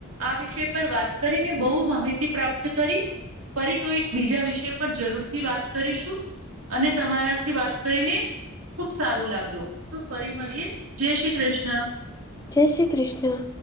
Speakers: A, on the right; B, on the left.
A: આ વિષય પર વાત કરીને બહુ માહિતી પ્રાપ્ત કરી ફરી કોઈ બીજા વિષય પર જરૂર થી વાત કરીશું. અને તમારા થી વાત કરીને ખુબ સારું લાગ્યું તો ફરી મળીએ જય શ્રી કૃષ્ણ
B: જય શ્રી કૃષ્ણ